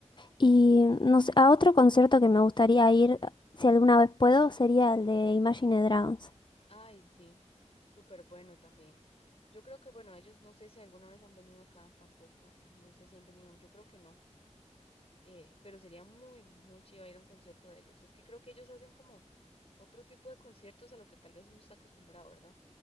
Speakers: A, on the left; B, on the left.
A: Y no sé, a otro concierto que me gustaría ir, si alguna vez puedo, sería el de Imagine Dragons.
B: Ay, sí, súper bueno también. Yo creo que, bueno, ellos no sé si alguna vez han venido acá tampoco, no sé si han venido, yo creo que no, eh, pero sería muy, muy chido ir a un concierto de ellos. Es que creo que ellos hacen como otro tipo de conciertos a lo que tal vez uno está acostumbrado, ¿verdad?